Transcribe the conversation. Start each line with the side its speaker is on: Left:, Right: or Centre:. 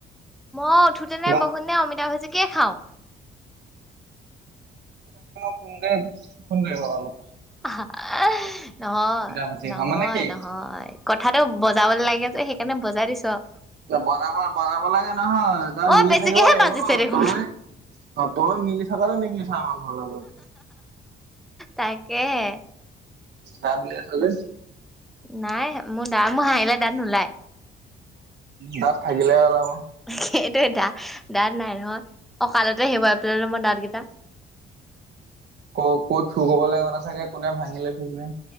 Centre: অ' উঠোতে নে
Right: বা
Centre: বহুত নে অমিতা ভাজিকে খাওঁ।
Right: <unintelligible> লগা লগ <unintelligible>
Centre: আঁহা! নহয়,
Right: ভাজি
Centre: নহয়
Right: খাওঁ মানে কি
Centre: নহয় কথাটো বজাবলে লাগে যে সেইকাৰণে বজাই দিছো। আৰু
Right: বজাব, বজাব লাগে নহয় তই
Centre: অ
Right: মিলি
Centre: বেছিকেহে
Right: থাকিব লাগিব
Centre: বাজিছে
Right: ন'
Centre: দেখোন
Right: তই অ' তই মিলি থাকাটো নিবিচা'ৰ মানুহৰ লগত
Centre: তাকেহে
Right: যাৰ মিলি আছ
Centre: না,
Right: যে
Centre: নাই মোৰ দা মোৰ হাঁহিলে দাঁত নোলাই।
Right: দাঁত থাকিলেহে ওলাব।
Centre: সেইটো এটা দাঁত নাই নহয় অকালতে হেৰুৱাই পেলালো মই দাঁতকিটা।
Right: ক' ক'ত চুৰ কৰিবলে মানে চাগে কোনে ভাঙিলে ঠিক নাই।